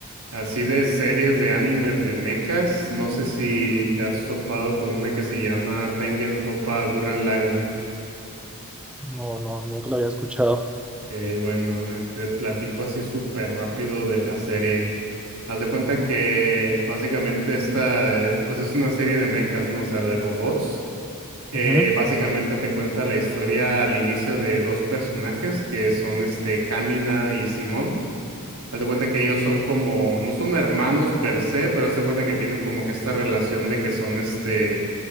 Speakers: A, on the right (about 85°); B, in the centre.
A: así de series de animes de mechas, no sé si te has topado con una que se llama Tengen Toppa Gurren Lagann.
B: no, no, nunca lo había escuchado.
A: Ok, bueno, eh, te platico así súper rápido de la serie. Haz de cuenta que básicamente esta, eh, pues es una serie de mechas, ¿no? O sea, de robots. Eh,
B: Ujú.
A: básicamente te cuenta la historia al inicio de dos personajes que son este, Kamina y Simón. Haz de cuenta que ellos son como, no son hermanos per se, pero haz de cuenta que tienen como que esta relación de que son este,